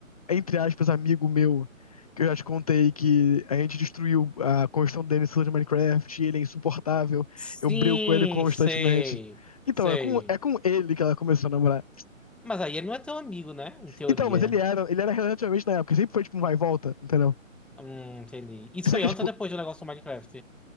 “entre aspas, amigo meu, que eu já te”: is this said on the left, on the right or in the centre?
Left